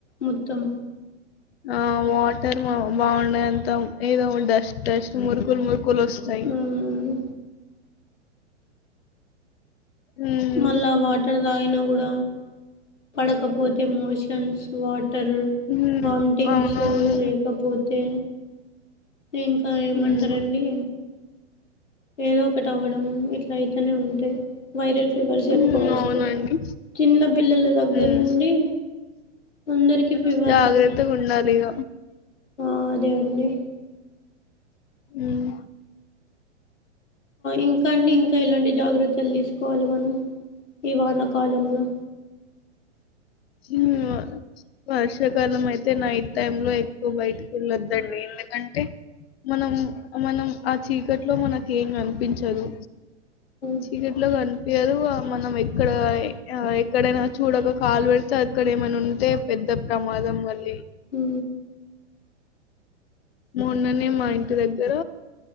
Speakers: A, on the left; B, on the left.
A: మొత్తం
B: ఆ వాటర్ బాగున్నది అంతా ఏదో డస్ట్ డస్ట్ మురుగులు మురు గులు వస్తాయి
A: అవునండి
B: ఉమ్
A: మళ్ళా వాటర్ తాగినా కూడ పడకపోతే మోషన్స్ వాటర్
B: ఉమ్
A: వామ్టింగ్స్
B: అవునవును
A: లేక కాకపోతే ఇంకా ఏమంటరండి
B: ఉమ్
A: ఏదోకటి అవ్వడం ఇట్లా రైతనే ఉంటాయి వైరల్ ఫీవర్స్ ఎక్కువ
B: ఉమ్
A: వస్తాయి
B: అవునండి
A: చిన్న పిల్లల దగ్ గ్గర్
B: ఉమ్
A: నుండి అందరికి ఫీవర్స్
B: జాగ్రత్తగా ఉండాలి ఇగ
A: ఆ అదే అండి
B: ఉమ్
A: ఇంకా అండి ఇంకా ఇలాంటి జాగ్రత్తలు తీసుకోవాలి మనం ఈ వానకాలంలో
B: చిల్ మా వర్షాకాలం అయితే నైట్ టైమ్ లో ఎక్కువ బయటికి వెళ్ళొద్దండి ఎందుకంటే మనం మనం ఆ చీకట్లో మన క్ ఏం అనిపించదు
A: హ్మ్
B: చీకట్లో కన్ పియదు మనం ఎక్కడ ఎక్కడైనా చూడక కాలు పెడి స్త అక్కడ ఏమైనా ఉంటే పెద్ద ప్రమాదం మళ్ళీ
A: ఉ
B: మొన్ననె మా ఇంటి దగ్గర